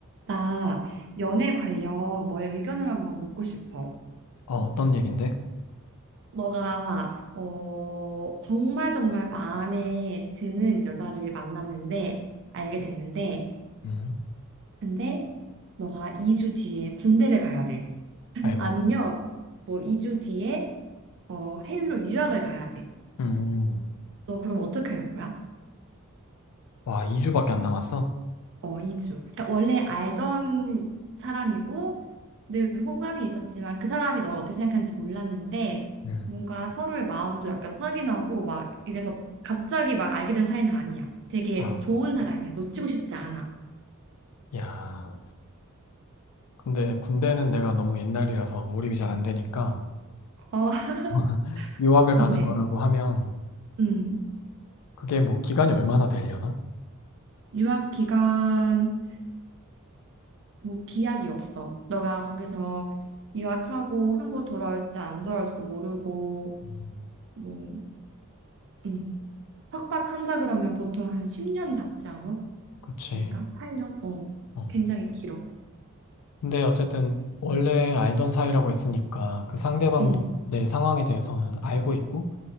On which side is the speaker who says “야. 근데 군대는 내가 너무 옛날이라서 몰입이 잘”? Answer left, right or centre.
Left